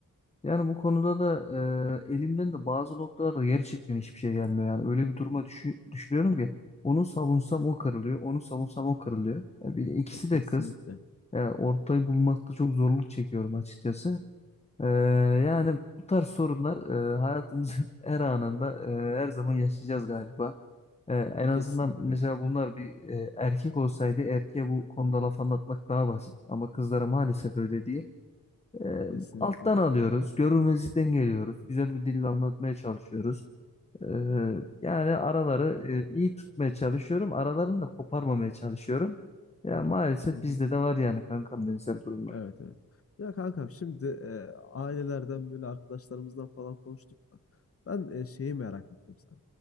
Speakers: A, on the left (about 20°); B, on the left (about 45°).
A: Yani bu konuda da e, elimden de bazı noktalarda gerçekten hiçbir şey gelmiyor. Yani öyle bir duruma düşü- düşürüyorum ki onu savunsam o kırılıyor, onu savunsam o kırılıyor. Ya bir de ikisi
B: Ya kesinlikle.
A: de kız. Ya ortayı bulmakta çok zorluk çekiyorum açıkçası. Ee, yani bu tarz sorunlar e, hayatımızın <laughs> her anında e, her zaman yaşayacağız galiba. Ee, en azından
B: Kesinlikle.
A: mesela bunlar bir e, erkek olsaydı erkeğe bu konuda laf anlatmak daha basit. Ama kızlara maalesef öyle değil. Ee,
B: Kesinlikle.
A: alttan alıyoruz, görmezlikten geliyoruz, güzel bir dille anlatmaya çalışıyoruz. Ee, yani araları e, iyi tutmaya çalışıyorum. Aralarını da koparmamaya çalışıyorum. Ya maalesef
B: Hı hı.
A: bizde de var yani kankam benzer durumlar.
B: Evet evet. Ya kankam şimdi e, ailelerden böyle arkadaşlarımızdan falan konuştuk da ben e, şeyi merak ettim sen.